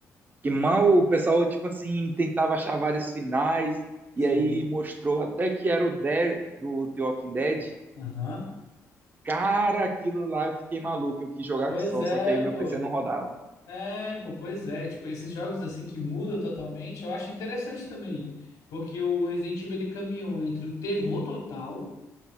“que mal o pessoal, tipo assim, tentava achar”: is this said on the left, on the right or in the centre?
Right